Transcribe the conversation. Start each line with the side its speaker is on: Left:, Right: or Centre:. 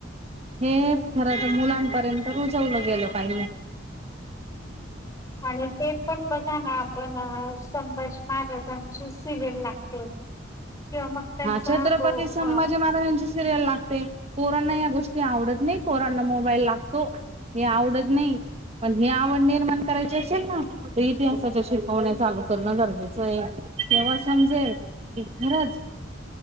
Right: हे खरं तर मुलांपर्यंत रुजवलं गेलं पाहिलं.
Left: आणि ते पण बघा ना आपण संभाजी महाराजांची सिरियल लागते. किंवा मग त्यांचा
Right: ह छत्रपती
Left: तो
Right: संभाजी
Left: अ
Right: महाराजांची. सिरियल लागते कोरांना या गोष्टी आवडत नाही कोरांना मोबाईल लागतो हे आवडत नाही. पण ही आवड निर्माण करायची असेल ना ते इतिहासाच्या शिकवण्या चालू करणं गरजेचं आहे. तेव्हा समजेल की घरच.